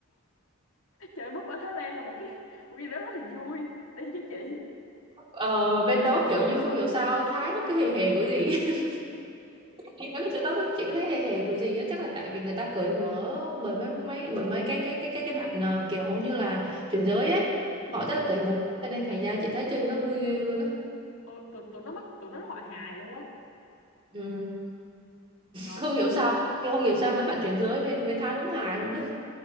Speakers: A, on the left; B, on the right.
A: <laughs> chơi búp ở Thái Lan là một cái một cái gì đó rất là vui đi với chị
B: Ờ, bên đó kiểu như không hiểu sao Thái nó cứ hề hề cái gì <laughs> đi mấy cái chỗ đó chị có thấy hề hề kiểu gì á chắc là tại vì người ta cởi mở bởi mấy mấy bởi mấy cái cái cái cái cái bạn ờ, kiểu như là chuyển giới ấy
A: ừ.
B: họ rất là cởi mở cho nên thành ra chị thấy chơi bên đó vui ghê luôn á
A: Ôi, tụi, tụi nó mắc tụi nó gọi hài luôn á
B: ừ.
A: rồi
B: không hiểu sao chứ không hiểu sao mấy bạn chuyển giới bên bên tha đúng hài luôn á